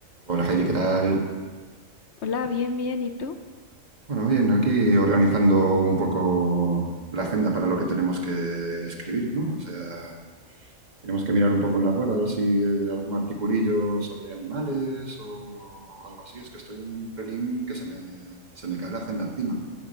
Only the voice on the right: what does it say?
Hola Heidi, ¿qué tal?
Bueno, bien, aquí organizando un poco la agenda para lo que tenemos que escribir, ¿no? O sea, tenemos que mirar un poco en la web a ver si eh, algún articulillo sobre animales o algo así. Es que estoy un pelín que se me, se me cae la agenda encima.